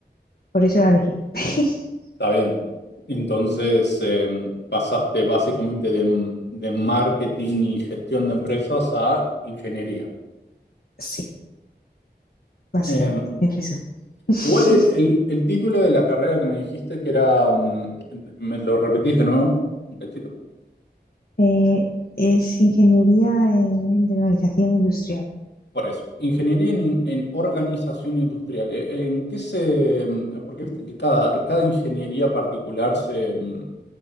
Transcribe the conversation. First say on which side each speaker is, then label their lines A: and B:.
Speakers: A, on the left (about 60°); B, on the left (about 75°).
A: Por eso la elegí. <laughs>
B: Está bien. Entonces eh, pasaste básicamente de, de marketing y gestión de empresas a ingeniería.
A: Sí, básicamente,
B: Eh,
A: en resumen. <laughs>
B: Igual el, el- el título de la carrera que me dijiste que era, mm, me lo repetís de nuevo, un cachito,
A: Eh, es ingeniería eh, de organización industrial.
B: por eso. Ingeniería en, en organización industrial. Eh, ¿En qué se, mm, porque viste que cada, cada ingeniería particular se mm,